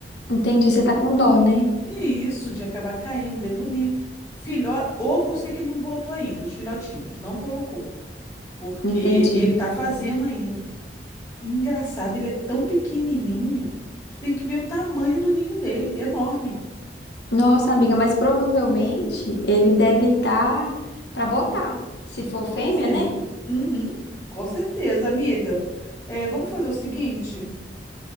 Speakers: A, on the left (about 75°); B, on the left (about 15°).
A: Entendi, você tá com dó, né?
B: E isso de acabar caindo dentro do ninho. Filhó, ovo, eu sei que ele não botou ainda, os filhotinhos, não colocou, porque
A: Entendi.
B: ele tá fazendo ainda. E engraçado, ele é tão pequenininho. Tu tem que ver o tamanho do ninho dele, enorme.
A: Nossa, amiga, mas provavelmente ele deve estar tá para botar. Se for
B: Pois
A: fêmea,
B: é.
A: né?
B: Uhum, com certeza, amiga. É, vamos fazer o seguinte.